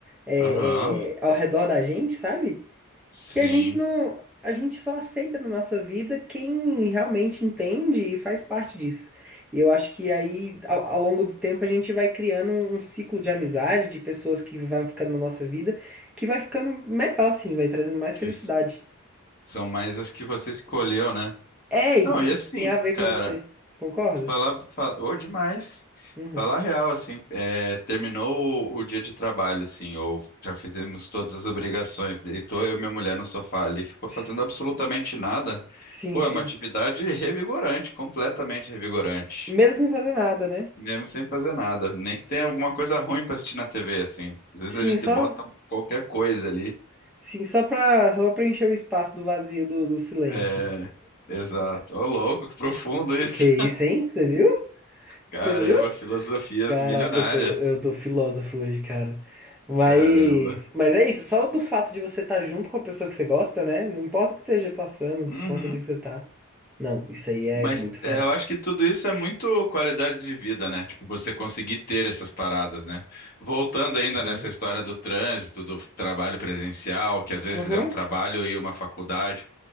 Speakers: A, in the centre; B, on the left (about 40°).
A: é,
B: Aham.
A: é, ao redor da gente, sabe?
B: Sim.
A: que a gente não, a gente só aceita na nossa vida quem realmente entende e faz parte disso. E eu acho que aí, ao, ao longo do tempo, a gente vai criando um, um ciclo de amizade, de pessoas que vai ficando na nossa vida, que vai ficando melhor, assim, vai trazendo mais felicidade.
B: Que São mais as que você escolheu, né?
A: É, e
B: Não,
A: que
B: e assim,
A: tem a ver
B: cara,
A: com você. Concorda?
B: falar, falar, ô, demais.
A: Uhum.
B: Falar real, assim, é, terminou o, o dia de trabalho, assim, ou já fizemos todas as obrigações, deitou eu e minha mulher no sofá ali, ficou
A: Ps-
B: fazendo absolutamente nada.
A: Sim,
B: Pô,
A: sim.
B: é uma atividade revigorante, completamente revigorante.
A: Mesmo sem fazer nada, né?
B: Mesmo sem fazer nada. Nem que tenha alguma coisa ruim pra assistir na TV, assim. Às vezes
A: Sim,
B: a gente
A: só,
B: bota qualquer coisa ali.
A: sim, só pra, só pra preencher o espaço do vazio, do, do silêncio.
B: É, exato. Ô, louco, que profundo isso.
A: Que isso, hein? Você viu?
B: Caramba,
A: Você viu?
B: filosofias
A: Caraca,
B: milionárias.
A: eu tô, eu tô filósofo hoje, cara. Mas,
B: Caramba.
A: mas é isso, só do fato de você estar junto com a pessoa que você gosta, né? Não importa o que esteja passando, não
B: Uhum.
A: importa onde que você tá. Não, isso aí é
B: Mas
A: muito real.
B: é, eu acho que tudo isso é muito qualidade de vida, né? Tipo, você conseguir ter essas paradas, né? Voltando ainda
A: Uhum.
B: nessa história do trânsito, do trabalho presencial, que às vezes
A: Uhum,
B: é um trabalho e uma faculdade.